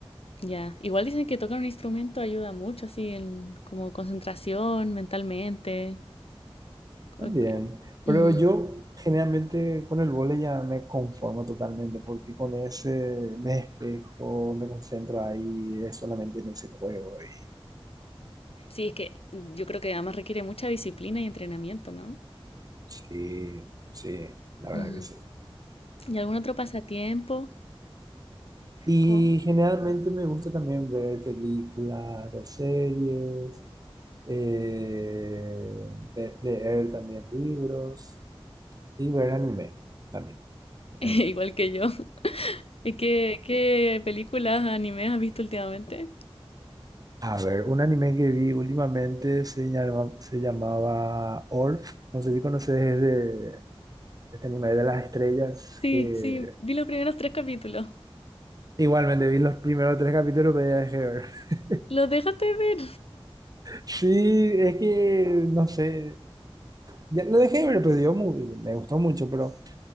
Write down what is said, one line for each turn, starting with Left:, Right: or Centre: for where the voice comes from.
Left: Ya, igual dicen que tocar un instrumento ayuda mucho, así, en como concentración mentalmente. Co-
Right: También,
Left: co-
Right: pero
Left: Ujú.
Right: yo generalmente con el vóley ya me conformo totalmente, porque con ese me despejo, me concentro ahí, es solamente en ese juego. Y
Left: Sí, es que yo creo que además requiere mucha disciplina y entrenamiento, ¿no?
Right: sí, sí, la verdad
Left: Ujú.
Right: que sí.
Left: ¿Y algún otro pasatiempo?
Right: Y
Left: Como-
Right: generalmente me gusta también ver películas, ver series. eh, le- leer también libros y ver anime también,
Left: <laughs>
Right: obviamente.
Left: Igual que yo. ¿Y qué, qué películas, animes has visto últimamente?
Right: A ver, un anime que vi últimamente se llama- se llamaba Orf. No sé si conoces es de este anime de las estrellas
Left: Sí,
Right: que
Left: sí, vi los primeros tres capítulos.
Right: igualmente vi los primeros tres capítulos, pero ya dejé de ver. <laughs>
Left: ¿Los dejaste de ver?
Right: Sí, es que no sé. Ya lo dejé de ver, pero dio mu- me gustó mucho, pero